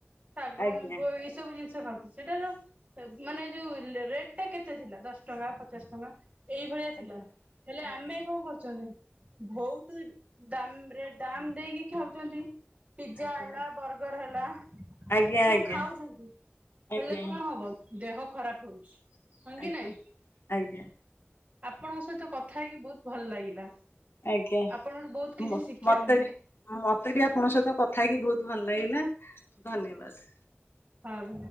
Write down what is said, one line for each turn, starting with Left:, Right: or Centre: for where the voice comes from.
Right: ଶାଗ
Left: ଆଜ୍ଞା
Right: ମୁଗ ଏଇ ସବୁ ଜିନିଷ ଖାଉ ସେଟା ଯ ମାନେ ଯୋଉ ରେଟ ଟା କେତେ ଥିଲା ଦଶ ଟଙ୍କା ପଚାଶ ଟଙ୍କା ଏଇଭଳିଆସିଲା
Left: ଆଜ୍ଞା।
Right: ହେଲେ
Left: ଆଜ୍ଞା
Right: ଆମେ କଣ କରୁଛନ୍ତି ବହୁତ ଦାମ ରେ ଦାମ ଦେଇକି ଖାଉଛନ୍ତି ପିଜା
Left: ଆଜ୍ଞା
Right: ହେଲା ବର୍ଗର ହେଲା।
Left: ଆଜ୍ଞା
Right: ଏସବୁ
Left: ଆଜ୍ଞା
Right: ଖାଉଛନ୍ତି
Left: ଆଜ୍ଞା
Right: ହେଲେ କଣ ହବ ଦେହ ଖରାପ ହଉଛି। ହ କି
Left: ଆଜ୍ଞା।
Right: ନାଇଁ
Left: ଆଜ୍ଞା
Right: ଆପଣଙ୍କ ସହିତ କଥା ହେଇକି ବହୁତ ଭଲ ଲାଗିଲା।
Left: ଆଗ ଆ୍
Right: ଆପଣଙ୍କଠୁ ବହୁତ କିଛି ଶିଖିବାକୁ
Left: ମତେ ବି ମତେ ବି ଆପଣଙ୍କ ସହିତ କଥା ହେଇକି ବହୁତ ଭଲ ଲାଗିଲା ଧନ୍ୟବାଦ।
Right: ହଁ।